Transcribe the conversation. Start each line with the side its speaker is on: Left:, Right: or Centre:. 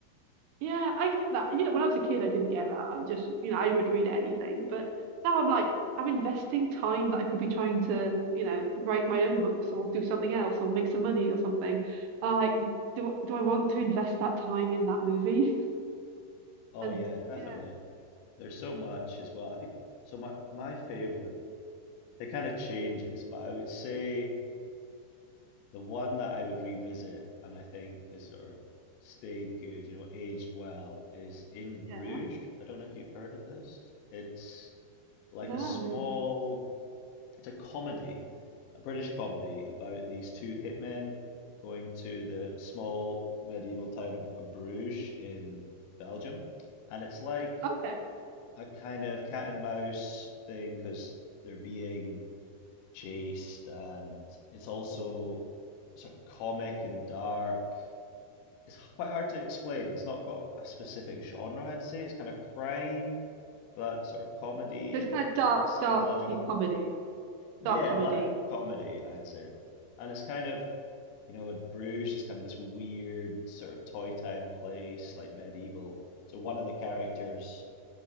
Right: Yeah, I get that. You know, when I was a kid, I didn't get that. I just, you know, I would read anything. But now I'm like, I'm investing time that I could be trying to, you know, write my own books or do something else or make some money or something. Uh, like, do do I want to invest that time in that movie? <laughs>
Left: Oh
Right: And
Left: yeah, definitely.
Right: yeah,
Left: There's so much as well. I think so my my favorite, it kind of changes, but I would say The one that I would revisit and I think has sort of stayed good, you know, aged well, is in Bruges.
Right: yeah,
Left: I don't know if you've heard of this. It's like
Right: no.
Left: a small, it's a comedy, a British comedy about these two hitmen going to the small medieval town of, of Bruges in Belgium. And it's like
Right: Okay.
Left: a kind of cat and mouse thing because they're being chaste and it's also sort of comic and dark. It's quite hard to explain. It's not got a specific genre, I'd say. It's kind of crime, but sort of comedy
Right: So it's
Left: and
Right: kind of dark,
Left: a bit psychological.
Right: dark comedy,
Left: Yeah,
Right: dark comedy.
Left: black comedy, I'd say. And it's kind of, you know, Bruges is kind of this weird sort of toy town place, like medieval. So one of the characters,